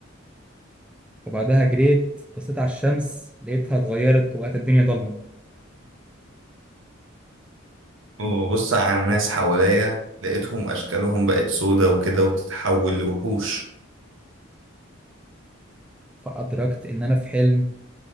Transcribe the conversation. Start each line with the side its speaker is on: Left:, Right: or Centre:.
Centre: وبعدها جريت بصيت على الشمس لقيتها اتغيرت وبقت الدنيا ضلمة
Right: وبص على الناس حواليا لقيتهم أشكالهم بقت سودا وكده وتتحول لوحوش
Centre: فأدركت إن أنا في حلم